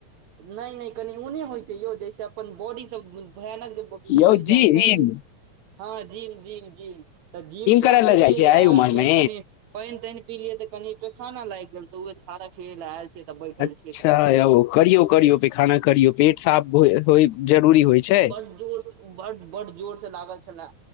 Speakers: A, on the right; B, on the left.
A: नय नय कनि ऊ नय होइ छै यौ जैय सँ अपन बॉडी सब भयानक <unintelligible>
B: यौ
A: बैन जाइ
B: जिम
A: छै हँ जिम जिम जिम तऽ जिम सँ
B: करै
A: हम
B: लए
A: एलियै
B: जाइ छियै
A: यऽ
B: एहि उमर
A: फेर
B: मे
A: कनि पाइन ताइन पिलिये तऽ कनी पैखाना लाइग गेल तऽ उहे झाड़ा फिरे लऽ एल छिये तऽ बैठल छी
B: अच्छऽ यौ करियौ - करियौ पैखाना करियौ पेट साफ हो होइ जरूरी होइ छै
A: जोड़ सँ बड्ड - बड्ड जोर से लागल छलै